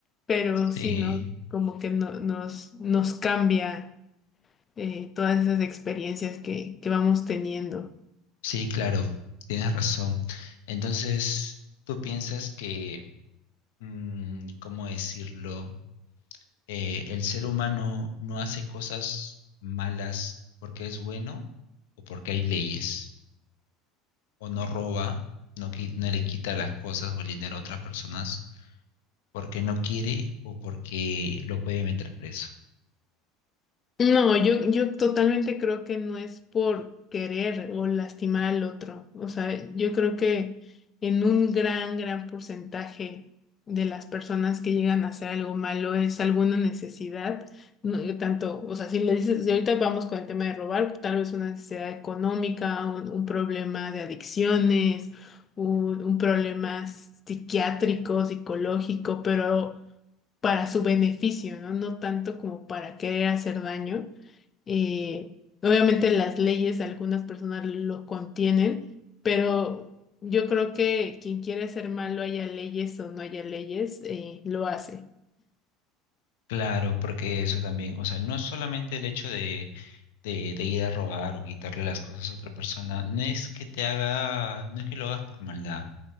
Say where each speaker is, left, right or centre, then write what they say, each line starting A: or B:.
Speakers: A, on the left (about 30°); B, on the left (about 75°).
A: pero
B: Sí,
A: sí, ¿no? Como que no- nos, nos cambia eh, todas esas experiencias que, que vamos teniendo.
B: sí, claro, tienes razón. Entonces, ¿tú piensas que, mm, cómo decirlo, eh, el ser humano no hace cosas malas porque es bueno o porque hay leyes? ¿O no roba, no, qui- no le quita las cosas o el dinero a otras personas porque no quiere o porque lo puede meter preso?
A: No, yo, yo totalmente creo que no es por querer o lastimar al otro. O sea, yo creo que en un gran, gran porcentaje de las personas que llegan a hacer algo malo es alguna necesidad, no, eh, tanto, o sea, si le dices, si ahorita vamos con el tema de robar, tal vez una necesidad económica, un, un problema de adicciones, un, un problema psiquiátrico, psicológico, pero para su beneficio, ¿no? No tanto como para querer hacer daño. Eh, obviamente las leyes, algunas personas lo contienen, pero yo creo que quien quiere ser malo, haya leyes o no haya leyes, eh, lo hace.
B: Claro, porque eso también, o sea, no es solamente el hecho de, de, de ir a robar o quitarle las cosas a otra persona, no es que te haga, no es que lo hagas por maldad,